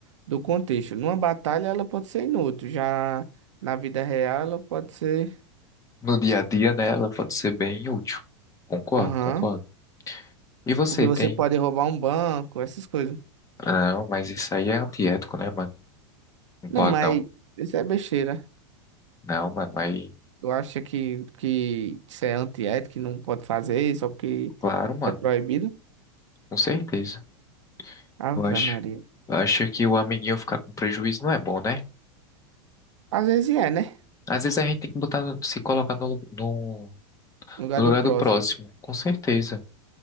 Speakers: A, on the right; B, on the left.
A: do contexto. Numa batalha ela pode ser inútil, já na vida real ela pode ser.
B: No dia a dia, né, ela pode ser bem útil. Concordo,
A: Aham.
B: concordo. E você
A: Porque você
B: tem?
A: pode roubar um banco, essas coisas.
B: ah, Não, mas isso aí é antiético, né, mano? Não pode
A: Não, mas
B: não.
A: isso é besteira.
B: Não, mano, mas
A: Tu acha que, que isso é antiético, que não pode fazer só porque
B: claro, mano,
A: é proibido?
B: com certeza.
A: Ave
B: Eu acho,
A: Maria.
B: eu acho que o amiguinho ficar com prejuízo não é bom, né?
A: Às vezes é, né?
B: Às vezes a gente tem que botar, no- se colocar no, no,
A: No lugar
B: no
A: do
B: lugar
A: próximo.
B: do próximo, com certeza.